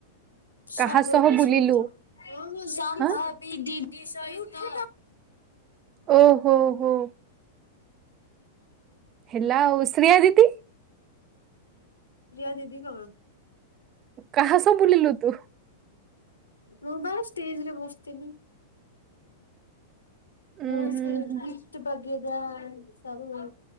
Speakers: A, on the left; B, on the right.
A: ସମ୍ଭବି
B: କାହା ସହ ବୁଲିଲୁ
A: ସହିତ ସମ୍ଭାବି
B: ହାଁ
A: ଦିଦି ସହିତ
B: ଓ ହୋ ହୋ ହେଲା ଆଉ ଶ୍ରିୟା ଦିଦି
A: ରିଆ ଦିଦି କଣ
B: କାହା ସହ ବୁଲିଲୁ ତୁ?
A: ମୁଁ ବା ଷ୍ଟେଜରେ ବସିଥେଲି।
B: ଉଁ
A: ମୁଁ
B: ହୁଁ
A: ସେ
B: ହୁଁ
A: ଗିଫ୍ଟ ବାଗେରା ସବୁ